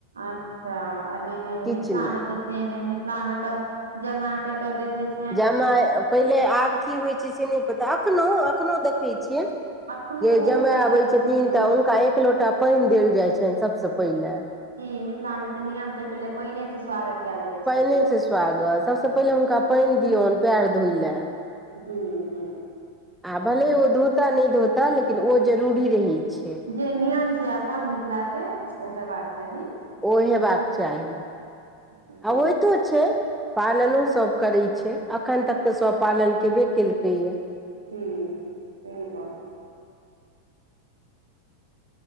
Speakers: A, on the right (about 75°); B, in the centre.
A: अच्छा नहि नहि
B: किछु
A: मिथिला
B: नहि
A: आमे त से नहि मिथिला मे तऽ जमा के त देखे छी
B: जमा पहिले आब की होइत छै से नहि पता एखनहु एखनहु देखै छियै
A: एखनो
B: जे
A: बहुत
B: जमाय
A: एतय
B: आबैत
A: छै
B: छथिन
A: जे लोक
B: तऽ हुनका एक लोटा पानि देल जाइत छनि सभसँ पहिले
A: ईी मिथिला में ते नियम छै पहिले पानने से स्वागत कयल जाइ
B: पानिए
A: छनि
B: छै स्वागत सभसँ पहिले हुनका पानि दियऔन पएर धोय ल
A: हू हू
B: आ भले ओ धोता नहि धोता लेकिन ओ जरूरी रहै छै
A: जे नियम छै अपन मिथिला के ओ हेबाक चाही
B: ओ हेबाक चाही
A: जी
B: आ ओहि तो छै पालनो सब करे छै अखन तक तऽ सब पालन केबे केलकै ये
A: हू सही बात है